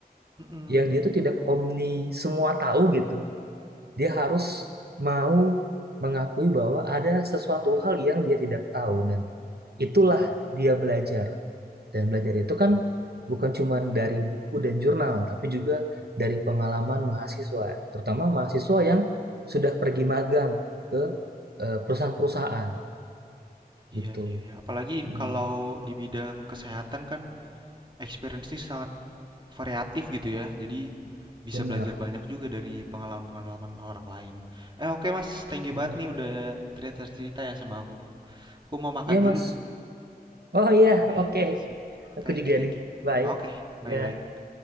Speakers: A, on the right; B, on the right.
A: Mm-mm.
B: yang dia itu tidak omni semua tahu gitu. Dia harus mau mengakui bahwa ada sesuatu hal yang dia tidak tahu dan itulah dia belajar. Dan belajar itu kan bukan cuma dari buku dan jurnal, tapi juga dari pengalaman mahasiswa, terutama mahasiswa yang sudah pergi magang ke eh, perusahaan-perusahaan gitu.
A: Iya iya iya. Apalagi
B: Hmm,
A: kalau di bidang kesehatan kan experience ini sangat Variatif gitu ya. Jadi bisa
B: benar,
A: belajar banyak juga dari pengalaman-pengalaman orang lain. Eh oke Mas, thank you
B: benar.
A: banget nih udah cerita-cerita ya sama aku. Aku mau makan
B: Iya, Mas.
A: dulu.
B: Oh iya,
A: Oke,
B: oke.
A: siap.
B: Aku
A: Thank
B: juga
A: you, thank
B: nih.
A: you.
B: Bye.
A: Oke, bye-bye.
B: Ya.